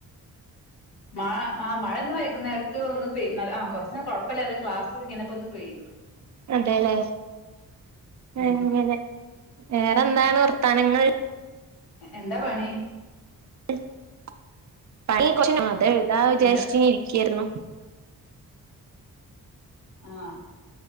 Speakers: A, on the left (about 75°); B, on the right (about 45°).
A: മഴ ആഹ് മഴ ഇന്ന് വൈകുന്നേരത്ത് ഒന്ന് പെയ്ത് ആഹ് കൊറച്ച് കുഴപ്പമില്ലാതെ ക്ലാസ് കഴിഞ്ഞപ്പൊ ഒന്ന് പെയ്തു
B: അതെ ലെ
A: ഉം
B: അങ്ങനെ വേറെന്താണ് വർ ത്താനങ്ങൾ
A: എന്താ പണി
B: പഷ <unintelligible> പ <unintelligible> <unintelligible> <unintelligible> ഇത എഴുതാ വിചാഷിച്ച്
A: എന്താ
B: ങ്ങെ ഇരിക്ക്യേര്ന്നു
A: ആഹ്